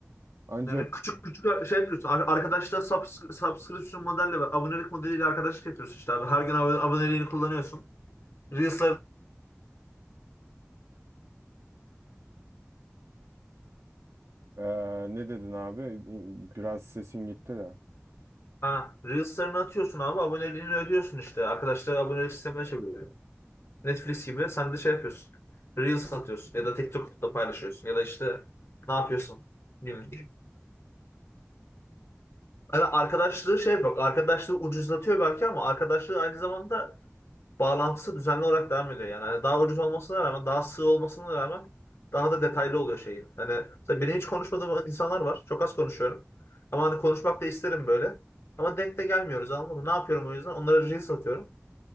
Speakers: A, on the right; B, on the left.
A: Ancak
B: Yani küçük küçük şey yapıyorsun. Ar- Arkadaşla sub subscription modelle, ve abonelik modeliyle arkadaşlık yapıyorsun işte abi. Her gün abone- aboneliğini kullanıyorsun. Reels'lar
A: e, ne dedin abi? Biraz sesin gitti de.
B: ha, Reels'larını atıyorsun abi. Aboneliğini ödüyorsun işte. Arkadaşlar abonelik sistemine çeviriyor. Netflix gibi sen de şey yapıyorsun. Reels atıyorsun ya da TikTok'ta paylaşıyorsun ya da işte ne yapıyorsun günlük. Yani arkadaşlığı şey yapıyor. Arkadaşlığı ucuzlatıyor belki ama arkadaşlığı aynı zamanda bağlantısı düzenli olarak devam ediyor yani. Hani daha ucuz olmasına rağmen, daha sığ olmasına rağmen daha da detaylı oluyor şeyi. Hani mesela benim hiç konuşmadığım insanlar var. Çok az konuşuyorum. Ama hani konuşmak da isterim böyle. Ama denk de gelmiyoruz anladın mı? Ne yapıyorum o yüzden? Onlara reels atıyorum.